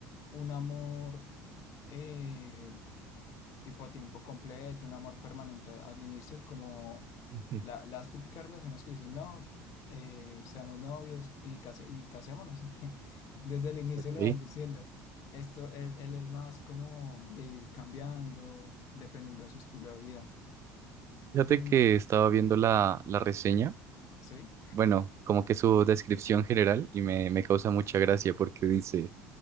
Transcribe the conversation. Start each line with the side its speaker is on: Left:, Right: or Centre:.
Left: un amor. eh, tipo a tiempo completo, un amor permanente al inicio, como
Right: Ujú,
Left: la-
Right: <laughs>
Left: las típicas relaciones que dicen, no, eh, seamos novios y, case- y casémonos. <laughs> Desde el inicio
Right: Ok. Ok.
Left: lo van diciendo. Esto, él, él es más como de ir cambiando, dependiendo de su estilo de vida.
Right: Fíjate
Left: Mm,
Right: que estaba viendo la, la reseña,
Left: ¿sí?
Right: bueno, como que su descripción general y me, me causa mucha gracia porque dice...